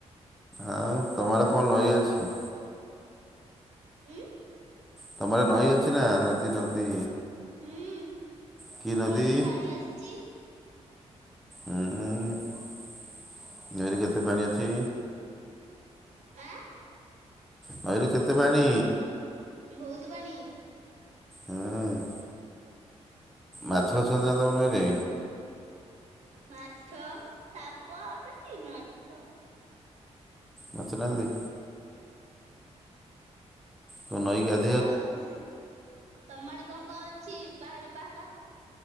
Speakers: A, in the centre; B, on the right (about 75°).
A: ଆଉ ତମ ଆଡ଼େ କଣ ନଇ ଅଛି?
B: ଉଁ।
A: ତମଆଡେ ନଈ ଅଛି ନା ନଦୀ ନଦୀ?
B: ହୁଁ
A: କି ନଦୀ
B: ନଇ ରେ ପାଣି ଆସିଚି।
A: ଉଁ ନଇରେ କେତେ ପାଣି ଅଛି?
B: ଆଁ
A: ନଇରେ କେତେ ପାଣି?
B: ବହୁତ୍ ପାଣି।
A: ହୁଁ ମାଛ ଫାଛ ଅଛି ନା ତମ ନଈ ରେ?
B: ଆ ମାଛ ସାପ ଅଛନ୍ତି ମାଛ।
A: ମାଛ ନାହାନ୍ତି? ତମ ନଈ କି ଗା
B: ଆଉ ତମ ଆଡ଼େ କଣ କଣ ଅଛି ପାହାଡ଼ ପାହାଡ଼?